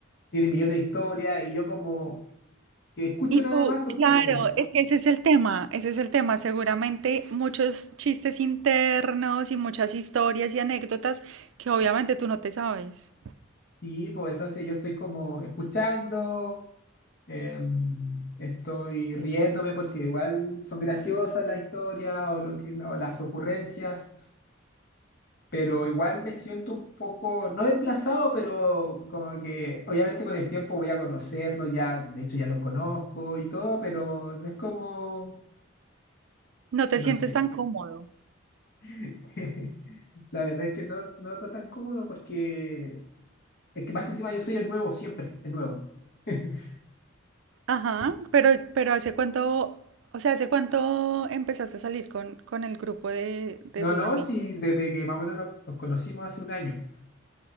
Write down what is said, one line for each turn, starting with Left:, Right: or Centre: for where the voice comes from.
Left: tienen millones de historias y yo como que escucho
Right: Y tú,
Left: nada más porque,
Right: claro, es que ese es el tema, ese es el tema. Seguramente muchos chistes internos y muchas historias y anécdotas que obviamente tú no te sabes.
Left: sí, pues entonces yo estoy como escuchando. Em, estoy riéndome porque igual son graciosas las historias o lo que, o las ocurrencias, pero igual me siento un poco, no desplazado, pero como que obviamente con el tiempo voy a conocerlo, ya, de hecho ya lo conozco y todo, pero no es como,
Right: No te
Left: no
Right: sientes
Left: sé.
Right: tan cómodo.
Left: <laughs> La verdad es que no, no está tan cómodo porque es que más encima yo soy el nuevo siempre, el nuevo. <laughs>
Right: Ajá, pero, pero ¿hace cuánto, o sea, hace cuánto empezaste a salir con, con el grupo de, de
Left: No,
Right: sus
Left: no,
Right: amigos?
Left: sí, desde que más o menos nos, nos conocimos hace un año.